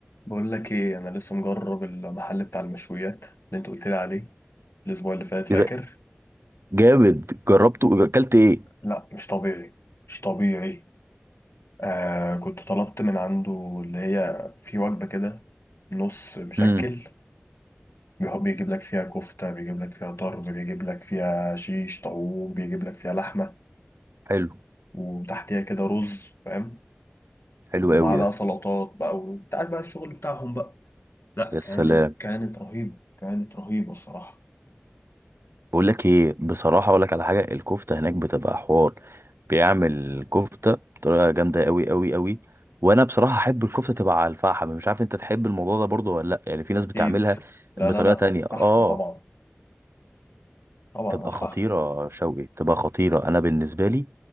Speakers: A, on the left; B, on the right.
A: بقول لك ايه انا لسه مجرب المحل بتاع المشويات اللي انت قلت لي عليه الاسبوع اللي فات فاكر
B: ايه ده جامد جربته اكلت ايه
A: لا مش طبيعي مش طبيعي آه كنت طلبت من عنده اللي هي في وجبة كده نص مشكل
B: امم
A: بيحب بيجيب لك فيها كفتة بيجيب لك فيها طرب بيجيب لك فيها شيش طاووق بيجيب لك فيها لحمة
B: حلو
A: وتحتيها كده رز فاهم
B: حلو
A: ومعاه
B: قوي
A: بقى
B: ده
A: سلطات بقى وانت عارف بقى الشغل بتاعهم بقى لا
B: يا سلام
A: كانت كانت رهيبة كانت رهيبة الصراحة
B: بقول لك ايه بصراحه اقول لك على حاجه الكفته هناك بتبقى حوار بيعمل كفته بطريقه جامده قوي قوي قوي وانا بصراحه احب الكفته تبقى على الفحم مش عارف انت تحب الموضوع ده برضه ولا لا يعني في ناس
A: اكيد
B: بتعملها
A: لا
B: بطريقه
A: لا لا
B: تانية اه
A: فحم طبعا طبعا
B: تبقى
A: على الفحم
B: خطيره شوقي تبقى خطيره انا بالنسبه لي